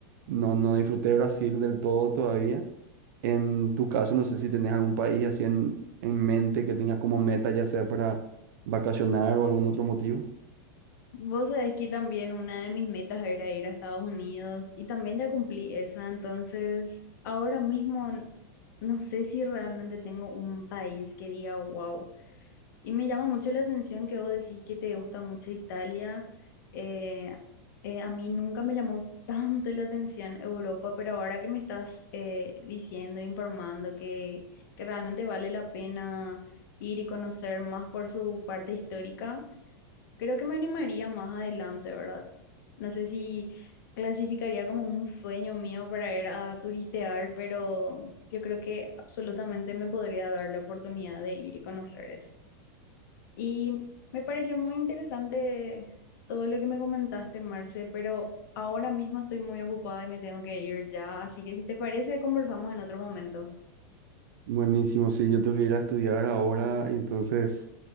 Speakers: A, on the right; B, on the left.
A: no, no disfruté Brasil del todo todavía. En tu caso, no sé si tenés algún país así en, en mente que tengas como meta, ya sea para vacacionar o algún otro motivo.
B: Vos sabés que también una de mis metas era ir a Estados Unidos y también ya cumplí esa, entonces ahora mismo n- no sé si realmente tengo un país que diga wow. Y me llama mucho la atención que vos decís que te gusta mucho Italia. eh, eh, a mí nunca me llamó tanto la atención Europa, pero ahora que me estás eh, diciendo, informando que, que realmente vale la pena ir y conocer más por su parte histórica. Creo que me animaría más adelante, ¿verdad? No sé si clasificaría como un sueño mío para ir a turistear, pero yo creo que absolutamente me podría dar la oportunidad de ir y conocer eso. Y me pareció muy interesante todo lo que me comentaste, Marce, pero ahora mismo estoy muy ocupada y me tengo que ir ya, así que si te parece, conversamos en otro momento.
A: Buenísimo, sí, yo tengo que ir a estudiar ahora, y entonces